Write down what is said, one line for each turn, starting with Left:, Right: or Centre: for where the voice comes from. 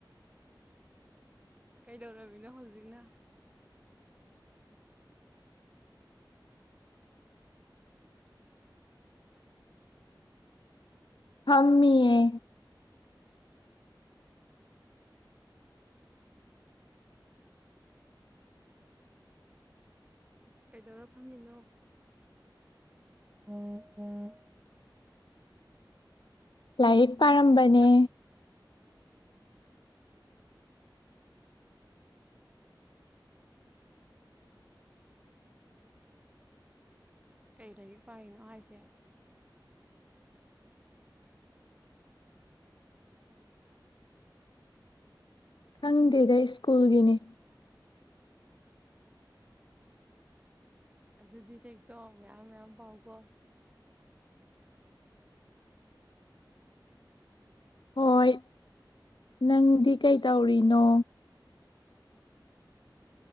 Right: ꯀꯩꯗꯧꯔꯃꯤꯅꯣ ꯍꯧꯖꯤꯛꯅ
Left: ꯊꯝꯃꯌꯦ꯫
Right: ꯀꯩꯗꯧꯔ ꯐꯝꯃꯤꯅꯣ꯫ <inaudible>
Left: ꯂꯥꯏꯔꯤꯛ ꯄꯥꯔꯝꯕꯅꯦ꯫
Right: ꯑ ꯀꯔꯤ ꯂꯥꯏꯔꯤꯛ ꯄꯥꯔꯤꯅꯣ ꯍꯥꯏꯁꯦ꯫
Left: ꯈꯪꯗꯦꯗ ꯁ꯭ꯀꯨꯜꯒꯤꯅꯤ꯫
Right: ꯑꯗꯨꯗꯤ ꯍꯦꯛꯇꯣ ꯃꯌꯥꯝ ꯃꯌꯥꯝ ꯄꯥꯎꯀꯣ
Left: ꯍꯣꯏ ꯅꯪꯗꯤ ꯀꯩꯇꯧꯔꯤꯅꯣ